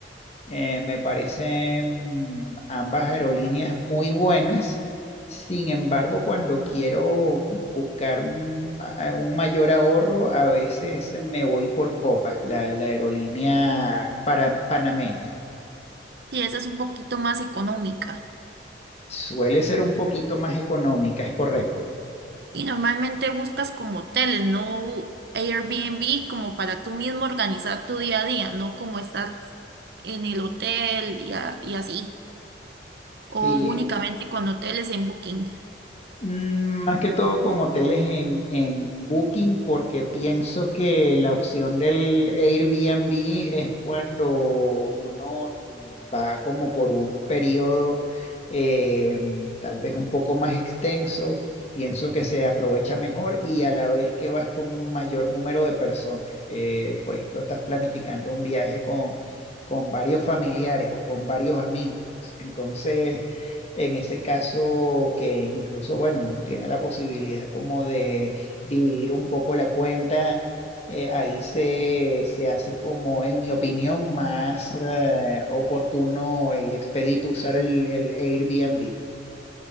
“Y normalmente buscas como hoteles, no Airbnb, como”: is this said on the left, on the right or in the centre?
Right